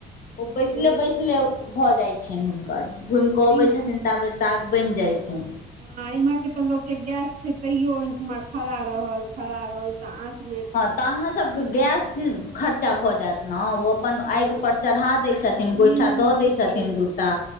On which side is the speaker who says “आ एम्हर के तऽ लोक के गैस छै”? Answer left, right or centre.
Right